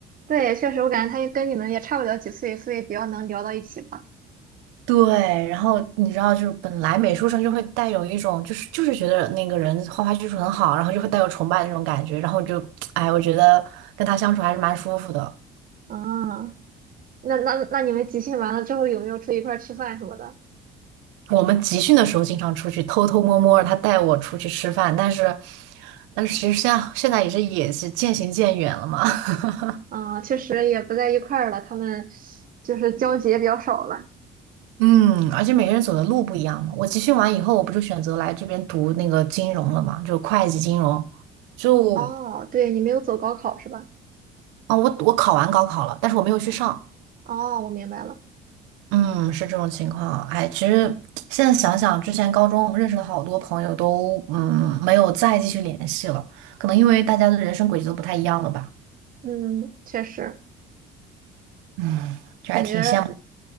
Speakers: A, on the right (about 50°); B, on the right (about 85°).
A: 对，确实，我感觉他跟你们也差不了几岁，所以比较能聊到一起吧。
B: 对，然后你知道，就是本来美术生就会带有一种，就是就是觉得那个人画画技术很好，然后就会带有崇拜的那种感觉，然后就，<tsk> 哎，我觉得跟他相处还是蛮舒服的。
A: 嗯，那那那你们集训完了之后有没有出去一块儿吃饭什么的？
B: 我们集训的时候经常出去偷偷摸摸，他带我出去吃饭，但是，但是其实现在现在也是也是渐行渐远了嘛。<laughs>
A: 嗯，确实也不在一块儿了，他们就是交集也比较少了。
B: 嗯，而且每个人走的路不一样嘛。我集训完以后，我不就选择来这边读那个金融了嘛，就会计金融。就
A: 哦，对，你没有走高考是吧？
B: 啊、我我考完高考了，但是我没有去上。
A: 哦，我明白了。
B: 嗯，是这种情况。哎，其实现在想想，之前高中认识的好多朋友都嗯没有再继续联系了，可能因为大家的人生轨迹都不太一样了吧。
A: 嗯，确实。
B: 嗯，就还挺羡慕的。
A: 感觉